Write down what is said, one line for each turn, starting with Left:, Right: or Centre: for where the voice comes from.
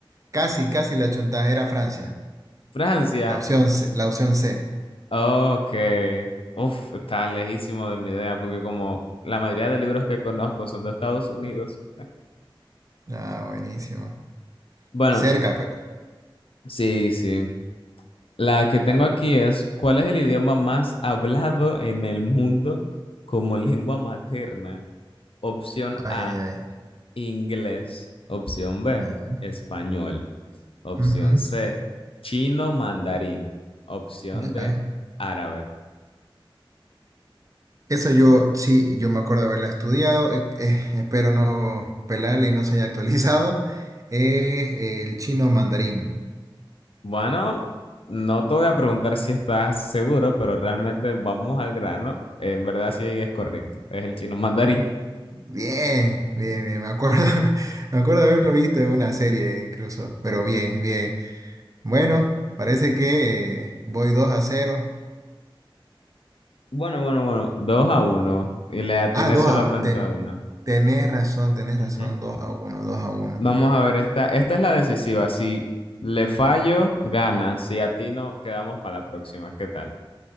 Right: casi, casi la chontaja, era Francia.
Left: Francia,
Right: La opción C, la opción C.
Left: ok. Uf, está lejísimo de mi idea, porque como la mayoría de libros que conozco son de Estados Unidos. <laughs>
Right: Ah, buenísimo.
Left: Bueno,
Right: Cerca, pero.
Left: sí, sí. La que tengo aquí es, ¿cuál es el idioma más hablado en el mundo como lengua materna? Opción
Right: Ay,
Left: A.
Right: ay, ay.
Left: Inglés. Opción B,
Right: Ya.
Left: español. Opción
Right: Ujú,
Left: C, chino mandarín. Opción
Right: ya.
Left: D, árabe.
Right: Esa yo, sí, yo me acuerdo de haberla estudiado, eh, eh, espero no pelarla y no se haya actualizado. <laughs> eh, el chino mandarín.
Left: Bueno, no te voy a preguntar si estás seguro, pero realmente vamos al grano. En verdad sí es correcto. Es el chino mandarín.
Right: Bien, bien, bien, me acuerdo, <laughs> me acuerdo de haberlo visto en una serie incluso, pero bien, bien. Bueno, parece que eh, voy dos a cero
Left: Bueno, bueno, bueno. Dos a uno. Y le atiné
Right: Ah, dos
Left: solamente
Right: a, ten-
Left: a uno.
Right: tenés razón, tenés razón,
Left: Ujú.
Right: 2 a uno dos a uno
Left: Vamos a ver esta. Esta es la decisiva. Si le fallo, gana. Si atino, quedamos para la próxima. ¿Qué tal?